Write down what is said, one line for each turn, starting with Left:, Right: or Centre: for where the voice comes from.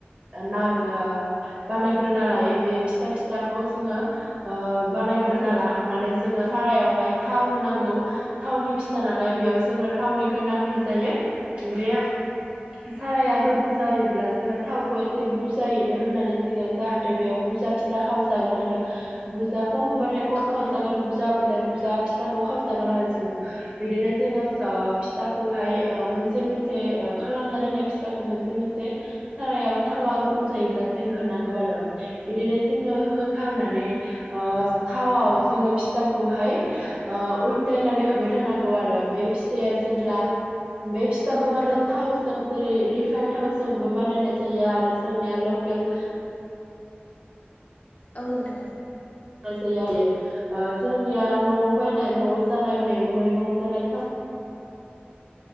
Right: नाग ओ बानायग्रोना लायो। बे फिथा फिथाखौ जोङो बानायग्रोना
Left: औ
Right: लाखांनानै जोङो सारायावहाय थाव होनांगौ थावनि फिथा नालाय बेयाव जोंनो थावनि गोनांथि जायो। बे साराया गोदुं जायोब्ला जोङो थावखौ एसे बुरजायैनो होनानै जोङो जाहाथे बेयाव बुरजा फिथा खावजागोन आरो। बुरजा खम होबाथाय
Left: औ
Right: खम
Left: औ नोंथां
Right: खालामजागोन। जाबाथाय बुरजा फिथाखौ खालाम जागोन आरो जोङो। बिदिनो जोङो फिथाखौहाय ओ मोनसे मोनसे खालामना दोननाय फि थाखौ मोनसे मोनसे सारायाव थावा गुदुं जायोब्लाथाय होनांगौ आरो। बिदिनो जोङो होखांनानै थावाव जोङो फिथाखौहाय उल्थायनानै होबाय थानांगौ आरो बे फिथाआ जेब्ला बे फिथाखौ
Left: औ नोंथां
Right: आरो थावजों जेरै रिफाइन थावजोंबो बानायनाय जायो आरो जोंनिया लकेल
Left: औ नोंथां।
Right: जोंनिया न'आव बायनाय न'आव जानाय मैगं जानाय दाव।